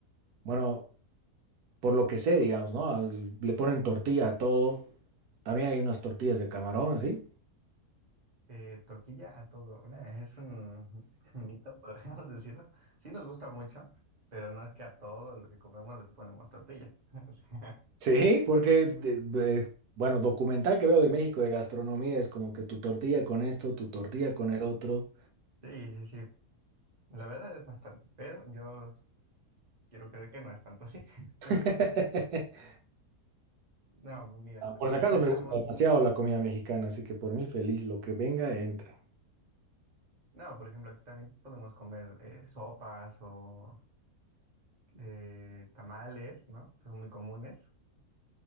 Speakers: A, on the right; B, on the right.
A: bueno, por lo que sé, digamos, ¿no? Al- Le ponen tortilla a todo. También hay unas tortillas de camarón, ¿sí?
B: Eh, tortilla a todo. Nah, es un <laughs> mito, podríamos decirlo. Sí nos gusta mucho, pero no es que a todo lo que comemos le ponemos tortilla. <laughs> O sea,
A: Sí, porque, de- de- bueno, documental que veo de México de gastronomía es como que tu tortilla con esto, tu tortilla con el otro.
B: sí, sí, sí. La verdad es bastante, pero yo quiero creer que no es tanto así.
A: <laughs>
B: <laughs> No, mira, lo
A: Por
B: que
A: si acaso
B: sí
A: me
B: hacemos,
A: gusta demasiado la comida mexicana, así que por mí feliz, lo que venga, entra.
B: no, por ejemplo, aquí también podemos comer eh, sopas o eh, tamales, ¿no? Son muy comunes.